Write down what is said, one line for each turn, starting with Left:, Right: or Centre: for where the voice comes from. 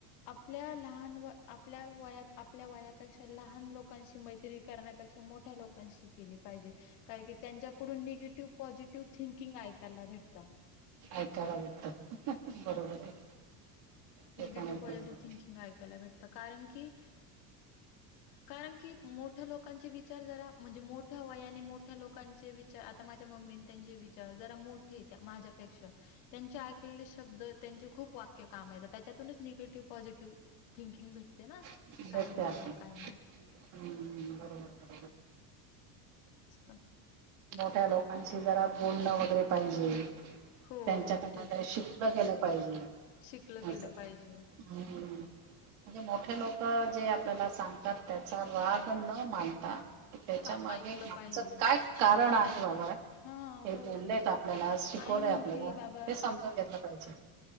Left: आपल्या लहान व आपल्या वया आपल्या वयापेक्षा लहान लोकांशी मैत्री मैत्री करण्यापेक्षा मोठ्या लोकांशी केली पाहिजे. काय की त्यांच्याकडून निगेटिव्ह पॉझिटिव्ह थिंकिंग ऐकायला भेटत.
Right: ऐकायला भेटत बरोबर <inaudible> ते
Left: निगेटिव्ह
Right: पण एक
Left: पॉझिटिव्ह
Right: बरोबर
Left: थिंकिंग ऐकायला भेटतं कारण की, कारण की मोठ्या लोकांचे विचार जरा म्हणजे मोठ्या वयाने मोठ्या लोक- लोकांचे विचार आता माझ्या मम्मी त्यांचे विचार जरा मोठे माझ्यापेक्षा, त्यांचे ऐकलेले शब्द. त्यांचे खूप वाक्य कामयेत त्याच्यातूनच निगेटिव्ह पॉझिटव्ह थिंकिंग भेटत ते ना
Right: आहे
Left: काय
Right: भेटते
Left: बोलता
Right: आपल्याला
Left: काय नाय
Right: हम्म बरोबर
Left: तर.
Right: मोठ्या लोकांशी जरा बोलणं वगैरे पाहिजे.
Left: हो,
Right: त्यांच्याकडन
Left: तेच.
Right: काय शिकल गेल पाहिजे
Left: शिकलं गेलं
Right: अस <inaudible>
Left: पाहिजे.
Right: हम्म म्हणजे मोठ. मोठे लोक जे आपल्याला सांगतात त्याचा राग न मानता, त्याच्या
Left: हां,
Right: मागे
Left: ऐकलं
Right: मागचं
Left: पाहिजे.
Right: काय कारण आहे बाबा,
Left: हां,
Right: हे
Left: बरोबर.
Right: बोलेत आपल्याला शिकवलंय
Left: आई म्हणती,
Right: आपल्याला
Left: "बाबा
Right: हे समजून घेतलं पाहिजे.